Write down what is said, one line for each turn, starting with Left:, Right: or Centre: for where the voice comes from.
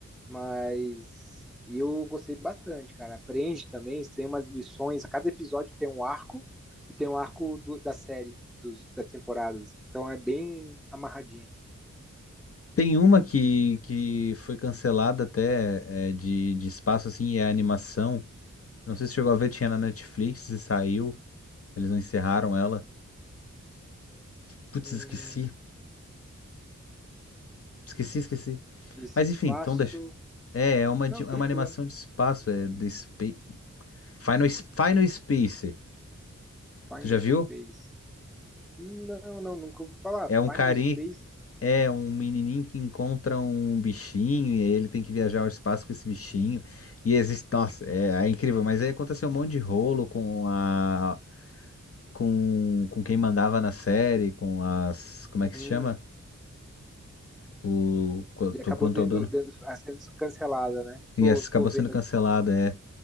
Centre: mas eu gostei bastante, cara. Aprende também, tem umas lições, cada episódio tem um arco e tem um arco do- da série, dos, das temporadas. Então é bem amarradinha.
Left: Tem uma que, que foi cancelada até é, de, de espaço, assim, e é animação. Não sei se chegou a ver, tinha na Netflix e saiu. Eles não encerraram ela. Putz,
Centre: Hum,
Left: esqueci. Esqueci, esqueci.
Centre: espaço
Left: Mas enfim, então deixa. É, é uma,
Centre: Não,
Left: de- é
Centre: tranquilo.
Left: uma animação de espaço, é de Space, Final, S- Final Space.
Centre: Final
Left: Tu já viu?
Centre: Space. Não, não, nunca ouvi falar.
Left: É um
Centre: Final
Left: carinha,
Centre: Space.
Left: é um menininho que encontra um bichinho e ele tem que viajar ao espaço com esse bichinho. E existe, nossa, é, é incrível, mas aí aconteceu um monte de rolo com a com, com quem mandava na série, com as, como é que
Centre: Hum,
Left: se chama? O quanto
Centre: acabou
Left: quanto
Centre: tendo,
Left: ao dono.
Centre: tendo- ah, sendo cancelada, né? Tô,
Left: E essa acabou
Centre: tô vendo
Left: sendo cancelada,
Centre: aqui um.
Left: é.